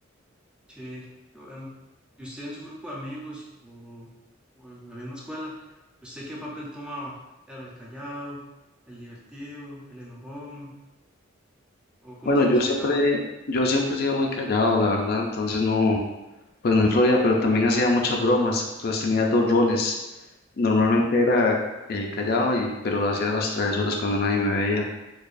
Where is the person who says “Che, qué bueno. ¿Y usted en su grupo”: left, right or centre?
Centre